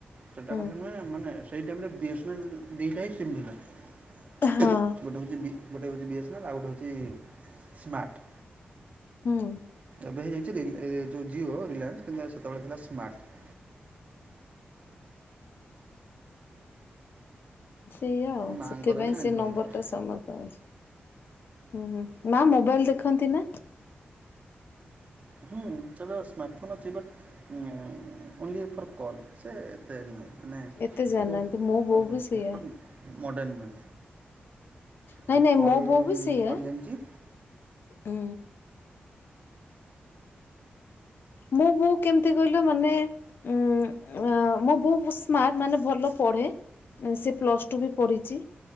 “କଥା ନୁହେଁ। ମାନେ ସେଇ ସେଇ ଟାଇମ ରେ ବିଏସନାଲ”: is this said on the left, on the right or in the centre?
Right